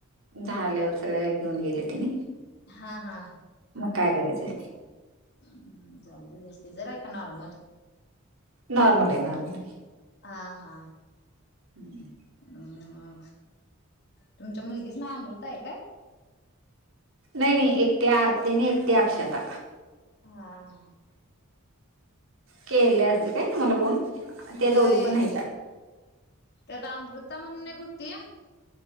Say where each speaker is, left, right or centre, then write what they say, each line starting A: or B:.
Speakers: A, on the right (about 70°); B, on the left (about 55°).
A: झाल्यावर सगळे घेऊन गेले तेनी.
B: हा हा‌.
A: मग काय करायचं.
B: हाम्म जाऊदे जास्ती सिजर आहे का नॉर्मल.
A: नॉर्मल हाय नॉर्मल हाय.
B: आ हा.
A: <inaudible>
B: अ तुमच्या मुलगीचं नाव अमृता आहे काय.
A: नाही नाही एकटी आरती आणि एकटी अक्षता.
B: हा हा.
A: केले असेल काय तुम्हाला फोन. ते
B: होय
A: दोघी पण आहेत
B: त्यात अमृता म्हणून एक हूती.